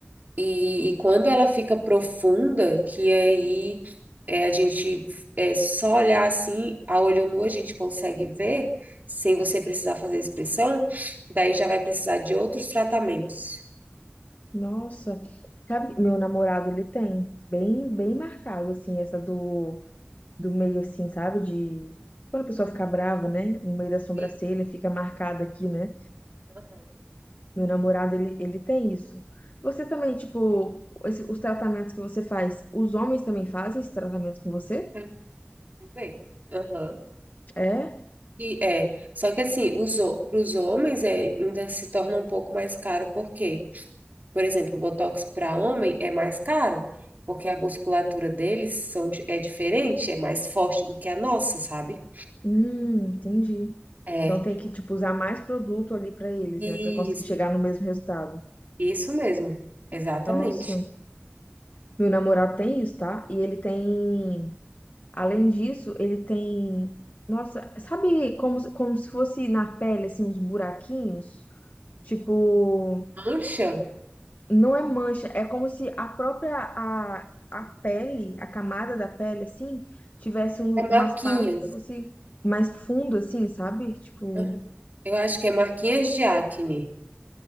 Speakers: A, on the right (about 45°); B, on the left (about 45°).
A: E, e quando ela fica profunda, que aí é, a gente é só olhar assim, a olho nu a gente consegue ver, sem você precisar fazer expressão, daí já vai precisar de outros tratamentos.
B: Nossa. Sabe, meu namorado, ele tem bem, bem marcado, assim, essa do do meio, assim, sabe? De. Quando a pessoa fica brava, né? No meio da sobrancelha,
A: E,
B: fica marcada aqui, né?
A: aham.
B: Meu namorado, ele, ele tem isso. Você também, tipo, esse- os tratamentos que você faz, os homens também fazem esses tratamentos com você?
A: tam- Também. Aham.
B: É?
A: E é, só que assim, para os homens é, ainda se torna um pouco mais caro, porque, por exemplo, o Botox para homem é mais caro, porque a musculatura deles são, di- é diferente, é mais forte do que a nossa, sabe?
B: Hum, entendi.
A: É.
B: Então tem que, tipo, usar mais produto ali pra eles,
A: Isso,
B: né? Pra conseguir chegar no mesmo resultado.
A: isso mesmo. Exatamente.
B: Nossa, meu namorado tem isso, tá? E ele tem, além disso, ele tem, nossa, sabe como, como se fosse na pele, assim, uns buraquinhos? Tipo,
A: Mancha
B: não é mancha, é como se a própria a, a pele, a camada da pele, assim, tivesse um-
A: é marquinhas.
B: umas partes que fosse mais fundo, assim, sabe? Tipo,
A: Uhum. Eu acho que é marquinhas de acne,